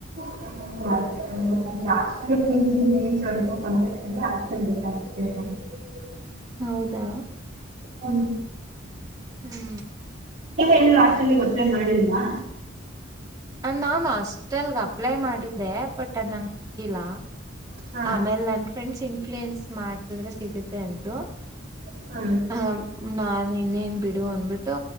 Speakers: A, on the right; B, on the right.
A: <unintelligible>
B: ಹೌದಾ
A: ಹೂ
B: ಹೂ
A: ಎಲ್ಲ ಹಾಟಲ್ಲಿ ಒಪೆ ಮಾಡಿಲ್ವಾ
B: ನಾನನ್ ಹಾಸ್ಟೆಲ್ಗೆ ಅಪ್ಲೈ ಮಾಡಿದ್ದೆ, ಬಟ್ ಅದ ನಂಗಗೆ ಸಿಕ್ಕಿಲ್ಲ
A: ಹಾ
B: ಆಮೇಲೆ ನನ್ ಫ್ರೆಂಡ್ ಇನ್ಫ್ಲೂಯನ್ಸ್ ಮಾಡ್ತಿದ್ರೆ ಸಿಗುತ್ತೆ ಅಂದ್ರು
A: ಹಾ
B: ಹ ನಾ, ಇನ್ನೇನ್ ಬಿಡು ಅನ್ಬಿಟ್ಟು